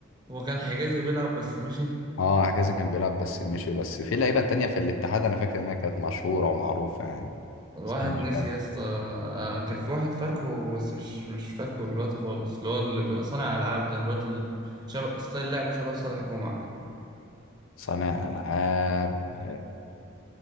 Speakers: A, on the right; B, on the left.
A: هو كان حجازي بيلعب بس مشي
B: اه هكذا كان بيلعب بس مشي بس في لعيبة تانية في الاتحاد انا فاكر انها كانت مشهورة ومعروفة يعني
A: الواحد
B: استنى
A: نسي
B: كده
A: يا اسطى انا كان في واحد فاكهه بس مش مش فاكهه الواد خالص اللي هو اللي بي- صانع العاب ده الواد اللي شبه ستايل لعبه شبه صالح جمعة كده
B: صانع العاب آه،